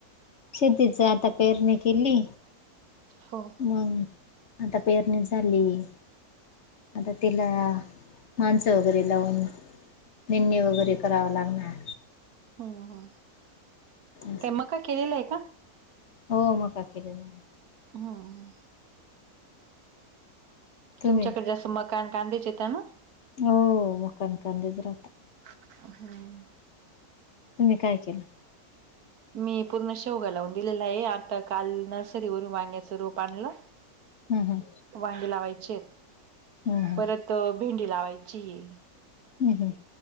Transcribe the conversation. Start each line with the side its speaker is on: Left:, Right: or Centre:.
Left: शेतीच आता पेरणी केली.
Right: हो.
Left: मंग आता पेरणी झाली. आता तिला माणसं वगेरे लावून निेनी वगैरे कराय लागणार
Right: हम् ह
Left: असं.
Right: काय मका केलेलं आहे का?
Left: हो मका केलेला आहे.
Right: हं हं.
Left: तुम्ही?
Right: तुमच्याक जास्त मका न कांदेच येता ना?
Left: हो मकान कांदेच राहतात
Right: हम्.
Left: तुमि काय केलं?
Right: मी पूर्ण शेवगा लावून दिलेला आहे आता काल नर्सरीवरून वांग्याच रोप आणलं.
Left: हम् हं.
Right: वांगी लावायचे आहेत
Left: हम्म
Right: परत भेंडी लावायच्ये.
Left: हम् हम.